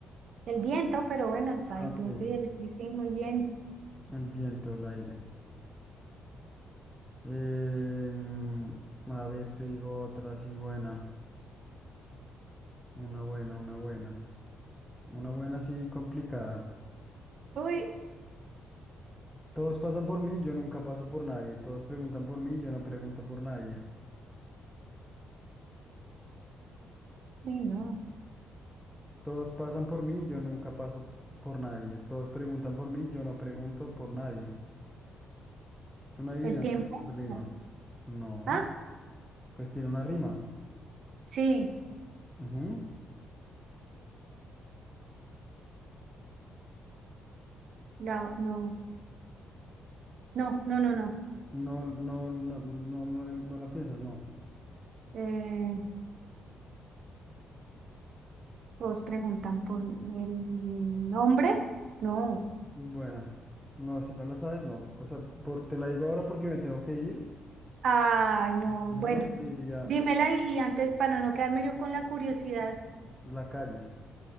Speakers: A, on the right; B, in the centre.
A: El viento, pero bueno, es ahí
B: Ah,
A: el
B: Ok.
A: viento y el... y Sí, muy bien.
B: El viento, el aire. Em, a ver, te digo otra así buena. Una buena, una buena. Una buena así complicada.
A: Uy,
B: Todos pasan por mí, yo nunca paso por nadie. Todos preguntan por mí, yo no pregunto por nadie.
A: uy, no.
B: Todos pasan por mí, yo nunca paso por nadie. Todos preguntan por mí, yo no pregunto por nadie. Es una adivinanza
A: ¿El tiempo?
B: con rima.
A: No.
B: No,
A: Ah,
B: pues tiene una rima.
A: sí.
B: Ujú.
A: La- no, no, no, no, no.
B: No, no, no, no, no, le- no la piensas, no.
A: Eh, ¿os preguntan por el nombre? No.
B: Bueno, no, si no la sabes, no. O sea, por, te la digo ahora porque me tengo que ir.
A: Ay, no,
B: Yo
A: bueno,
B: te diría
A: dímela y antes para no quedarme yo con la curiosidad,
B: la calle.